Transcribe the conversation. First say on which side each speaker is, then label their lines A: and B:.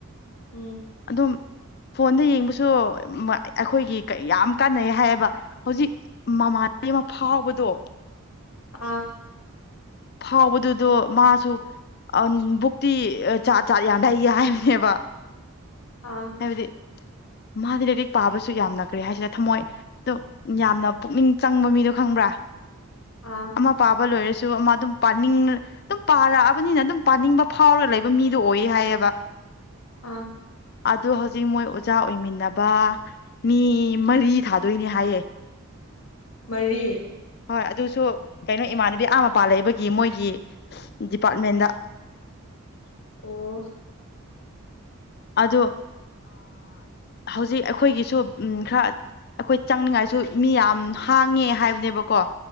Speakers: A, on the left; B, on the left.
A: ꯎꯝ
B: ꯑꯗꯨꯝ ꯐꯣꯟꯗ ꯌꯦꯡꯕꯁꯨ ꯑꯩꯈꯣꯏꯒꯤ ꯌꯥꯝ ꯀꯥꯟꯅꯩ ꯍꯥꯏꯌꯦꯕ ꯍꯧꯖꯤꯛ ꯃꯃꯥꯟ ꯑꯃ ꯐꯥꯎꯕꯗꯣ
A: ꯑꯥ
B: ꯐꯥꯎꯕꯗꯨꯗꯣ ꯃꯥꯁꯨ ꯕꯨꯛꯇꯤ ꯆꯥ ꯆꯥꯠ ꯌꯥꯅꯩꯌꯦ ꯍꯥꯏꯕꯅꯦꯕ
A: ꯑꯥ
B: ꯍꯥꯏꯕꯗꯤ ꯃꯥꯗꯤ ꯂꯥꯏꯔꯤꯛ ꯄꯥꯕꯁꯨ ꯌꯥꯝꯅꯈ꯭ꯔꯦ ꯍꯥꯏꯁꯤꯔ ꯊꯝꯃꯣꯏ ꯑꯣ ꯌꯥꯝꯅ ꯄꯨꯛꯅꯤꯡ ꯆꯪꯕ ꯃꯤꯗꯣ ꯈꯪꯕ꯭ꯔꯥ
A: ꯑꯥ
B: ꯑꯃ ꯃ ꯄꯕ ꯂꯣꯏꯔꯁꯨ ꯨ ꯑꯃ ꯑꯗꯨꯝ ꯄꯥꯅꯤꯡ ꯑꯗꯨꯝ ꯄꯥꯔꯛꯑꯕꯅꯤꯅ ꯑꯗꯨꯝ ꯄꯥꯅꯤꯡꯕ ꯐꯥꯎꯔꯒ ꯂꯩꯕ ꯃꯤꯗꯣ ꯑꯣꯏ ꯍꯥꯏꯌꯦꯕ
A: ꯑꯥ
B: ꯑꯗꯨ ꯍꯧꯖꯤꯛ ꯃꯣꯏ ꯆꯖꯥ ꯑꯣꯏꯃꯤꯟꯅꯕ ꯃꯤ ꯃꯔꯤ ꯊꯥꯗꯣꯏꯅꯦ ꯍꯥꯏꯌꯦ
A: ꯃꯔꯤ
B: ꯍꯣꯏ ꯑꯗꯨꯁꯨ ꯀꯩꯅꯣ ꯏꯃꯥꯟꯅꯕꯤ ꯑꯥ ꯃꯄꯥ ꯂꯩꯕꯒꯤ ꯃꯣꯏꯒꯤ ꯗꯤꯄꯥꯔꯠꯃꯦꯟꯗ
A: <unintelligible> ꯑꯣ
B: ꯑꯣ ꯍꯧꯖꯤꯛ ꯑꯩꯈꯣꯏꯒꯤꯁꯨ ꯈꯔ ꯑꯩꯈꯣꯏ ꯆꯪꯅꯤꯡꯉꯥꯏꯁꯨ ꯃꯤ ꯌꯥꯝ ꯍꯥꯡꯉꯦ ꯍꯥꯏꯕꯅꯦꯕꯀꯣ